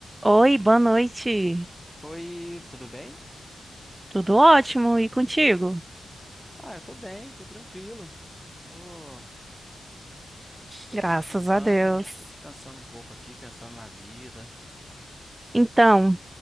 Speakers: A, on the right; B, in the centre.
A: Oi, boa noite.
B: Oi, tudo bem?
A: Tudo ótimo e contigo?
B: Ah, eu tô bem, tô tranquilo. Pô, tô
A: Graças
B: descansando,
A: a Deus.
B: tô descansando um pouco aqui, pensando na vida.
A: Então,